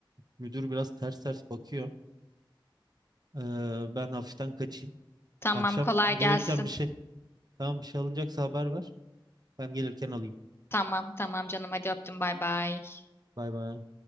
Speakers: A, on the right; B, on the left.
A: müdür biraz ters ters bakıyor. Ee, ben hafiften kaçayım.
B: Tamam
A: Akşam
B: kolay
A: gelirken
B: gelsin.
A: bir şey. Tamam bir şey alınacaksa haber ver. Ben gelirken alayım.
B: Tamam tamam canım hadi öptüm bay bay.
A: Bay bay.